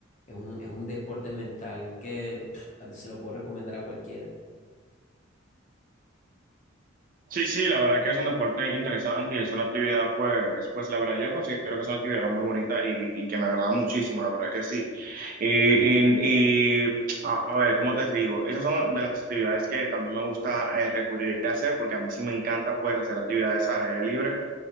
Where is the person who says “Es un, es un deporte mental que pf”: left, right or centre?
Left